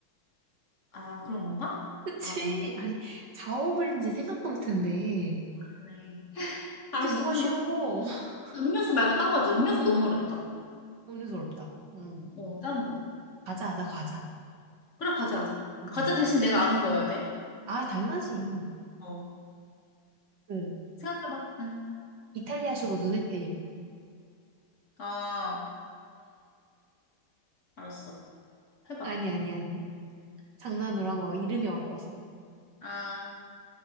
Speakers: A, on the left; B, on the right.
A: 아, 그런 건가?
B: 그치?
A: 아, 맞네.
B: 아니, 자업을 이제 생각도 못했네.
A: 그러네. <laughs>
B: 이게
A: 알았어.
B: 뭐가
A: 그럼
B: 쉬워.
A: 너 다시.
B: <laughs>
A: 음료수 말고 딴 거지. 음료수 너무 어렵다.
B: 음료수 어렵다. 응.
A: 어, 다른 거.
B: 과자, 나 과자.
A: 그래, 과자 하자.
B: 응,
A: 과자
B: 응.
A: 대신 내가 아는 거여야 돼.
B: 아, 당연하지.
A: 어.
B: 그,
A: 생각해봐. 응.
B: 이탈리아식으로 눈에 띄는 이름.
A: 아, 알았어. 해봐.
B: 아니, 아니, 아니. 장난으로 한 거야. 이름이 어려워서.
A: 아,